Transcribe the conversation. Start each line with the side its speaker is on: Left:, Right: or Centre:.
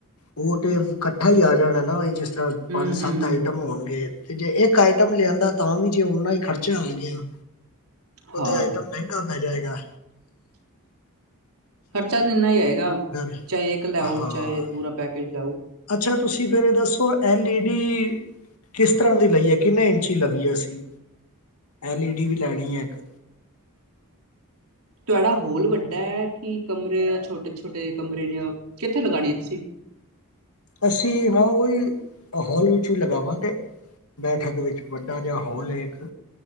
Left: ਉਹ ਤੇ ਇਕੱਠਾ ਹੀ ਆ ਜਾਣਾ ਨਾ ਜਿਸ ਚਾਰ
Right: ਹੂੰ
Left: ਪੰਜ ਸੱਤ
Right: ਹੂੰ
Left: ਆਈਟਮ ਹੋਣਗੇ। ਤੇ ਜੇ ਇੱਕ ਆਈਟਮ ਲਿਆਂਦਾ ਤਾਂ ਵੀ ਜੇ ਓਨਾ ਹੀ ਖਰਚਾ ਆ ਗਿਆ। ਉਹ
Right: ਹਾਂ
Left: ਤੇ ਆਈਟਮ ਮਹਿੰਗਾ ਪੈ ਜਾਏਗਾ। ਆ।
Right: ਖਰਚਾ ਤਾਂ ਇੰਨਾ ਹੀ ਆਏਗਾ
Left: ਹੈ
Right: ਚਾਹੇ ਇੱਕ ਲੈਓ
Left: ਹਾਂ
Right: ਚਾਹੇ ਪੂਰਾ ਪੈਕੇਜ ਲੈਓ।
Left: ਅੱਛਾ ਤੁਸੀਂ ਫੇਰ ਇਹ ਦੱਸੋ ਐਲ ਈ ਡੀ ਕਿਸ ਤਰ੍ਹਾਂ ਦੀ ਲਈ ਹੈ ਕਿੰਨੇ ਇੰਚ ਹੀ ਲਵੀਏ ਅਸੀਂ ਐਲ ਈ ਡੀ ਵੀ ਲੈਣੀ ਹੈ ਇੱਕ
Right: ਤੁਹਾਡਾ ਹੋਲ ਵੱਡਾ ਹੈ, ਕਿ ਕਮਰੇ ਛੋਟੇ-ਛੋਟੇ ਕਮਰੇ ਨੇ ਕਿੱਥੇ ਲਗਾਣੀ ਹੈ ਤੁਸੀਂ
Left: ਅਸੀਂ ਨਾ ਉਹ ਹੀ ਹਾਲ ਵਿੱਚ ਵੀ ਲਗਾਵਾਂਗੇ। ਬੈਠਕ ਵਿੱਚ, ਵੱਡਾ ਜਿਹਾ ਹੋਲ ਹੈ ਇੱਕ